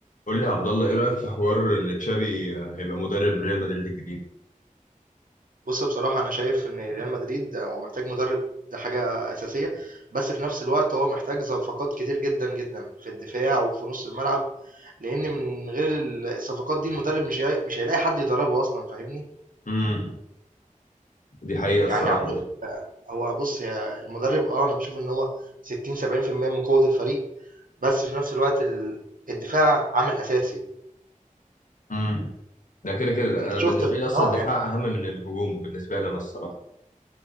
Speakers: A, on the left; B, on the right.
A: قول لي يا عبد الله ايه رايك في حوار ان تشابي هيبقى مدرب ريال مدريد الجديد
B: بُص بصراحة أنا شايف إن ريال مدريد هو محتاج مدرب دي حاجة أساسية، بس في نفس الوقت هو محتاج صفقات كتير جدًا، جدًا في الدفاع وفي نُص الملعب، لإن من غير ال الصفقات دي المدرب مش هي مش هيلاقي حد يدربه أصلًا فاهمني؟
A: امم دي حقيقه
B: يعني
A: الصراحه
B: عندك
A: بقى.
B: هو بُص هي المدرب آه، أنا باشوف إن هو 60، 70% من قوة الفريق، بس في نفس الوقت ال الدفاع عامل أساسي،
A: امم ده كده كده ده.
B: أنت
A: انا
B: شُفت
A: بالنسبه
B: ف
A: لي اصلا
B: آه،
A: الدفاع
B: يعني
A: اهم من الهجوم بالنسبه لي انا الصراحه